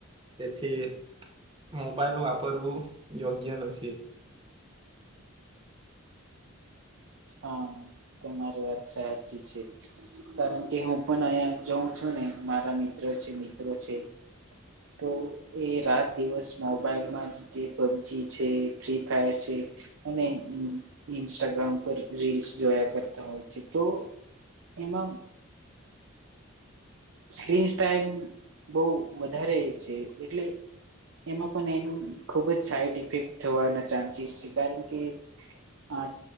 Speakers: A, on the right; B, on the right.
A: તેથી મોબાઈલ વાપરવું યોગ્ય નથી.
B: હા તમારી વાત સાચી છે કારણ કે હું પણ અહિયાં જઉં છું. મારા મિત્ર છે મિત્રો છે. તો એ રાત દિવસ મોબાઈલમાં જ જે પબજી છે ફ્રી ફાયર છે. અને ઇન્સ્ટાગ્રામ પ રીલ્સ જોયા કરતા હોય છે તો એમાં સ્ક્રીન ટાઈમ બઉ વધારે છે એટલે એમાં પણ એનું ખૂબ જ સાઈડ ઇફેક્ટ થવાના ચાન્સીસ છે કારણ કે હા.